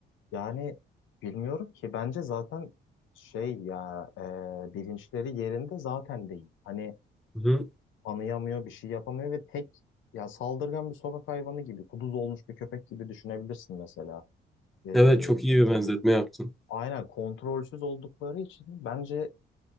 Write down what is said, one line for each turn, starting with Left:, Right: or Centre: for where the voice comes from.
Left: Yani bilmiyorum ki bence zaten şey ya e, bilinçleri yerinde zaten değil. Hani
Centre: Hı hı.
Left: anıyamıyor, bir şey yapamıyor ve tek ya saldırgan bir sokak hayvanı gibi, kuduz olmuş bir köpek gibi düşünebilirsin mesela. Ee,
Centre: Evet çok iyi bir benzetme yaptın.
Left: aynen kontrolsüz oldukları için bence